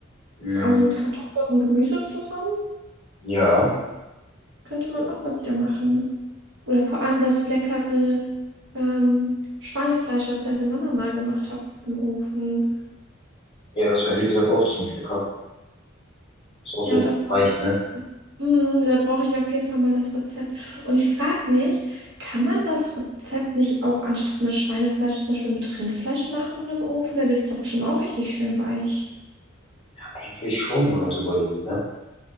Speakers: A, on the left; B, on the right.
A: Mm,
B: Vor allem so mit Kartoffeln und Gemüse zusammen.
A: ja.
B: Könnte man auch mal wieder machen. Oder vor allem das leckere ähm, Schweinefleisch, was deine Mama mal gemacht hat im Ofen.
A: Ja, das war ehrlich gesagt auch ziemlich lecker. Ist auch
B: Ja,
A: so richtig
B: da brauche
A: leicht,
B: ich,
A: ne?
B: Mm, da brauche ich auf jeden Fall mal das Rezept. Und ich frage mich, kann man das Rezept nicht auch anstatt mit Schweinefleisch zum Beispiel mit Rindfleisch machen im Ofen? Da wird es doch bestimmt auch richtig schön weich.
A: Eigentlich schon, wenn man es überlegt, ne?